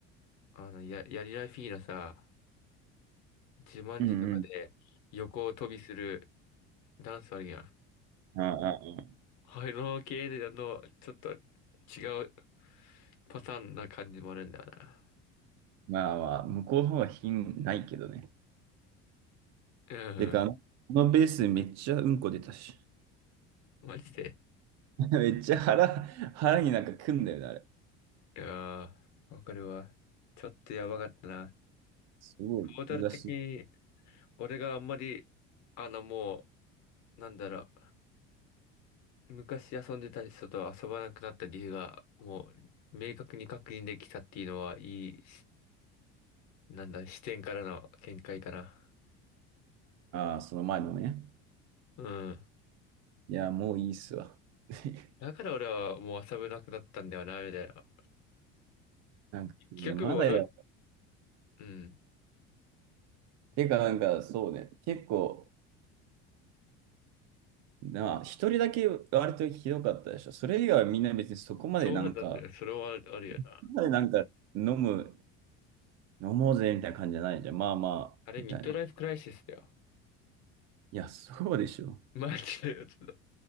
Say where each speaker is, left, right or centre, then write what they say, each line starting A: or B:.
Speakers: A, on the left; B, on the right.
A: あの、や、やりらフィーのさ、自慢自とかで横を飛びする
B: うんうん。
A: ダンスあるやん。
B: ああ、ああ
A: あの系の、ちょっと違うパターンな感じもあるんだよな。
B: まあまあ、向こうの方が品ないけどね。
A: うん。
B: てか、あのあのベースめっちゃうんこ出たし。
A: マジで。
B: <laughs> めっちゃ腹、腹になんかくんだよね、あれ。
A: いやー、わかるわ。ちょっとやばかったな。
B: すごい、
A: トータル的に、
B: 言わし。
A: 俺があんまり、あの、もう、なんだろう、昔遊んでた人と遊ばなくなった理由が、もう、明確に確認できたっていうのは、いいし、なんだ、視点からの見解かな。
B: ああ、その前のね。
A: うん。
B: いや、もういいっすわ。<laughs>
A: だから俺はもう遊べなくなったんだよな、みたいな。
B: なんか、いやまだや、
A: 結局俺は、うん。
B: てかなんか、そうね。結構、なあ、一人だけ割とひどかったでしょ。それ以外はみんな別にそこまでなんか、
A: そうなんだよ。それはあるよな。
B: そこまでなんか飲む、飲もうぜみたいな感じじゃないじゃん。まあまあ、
A: あれ、
B: みたいな。
A: ミッドライフクライシスだよ。
B: いや、そうでしょ。
A: マジでやつだ。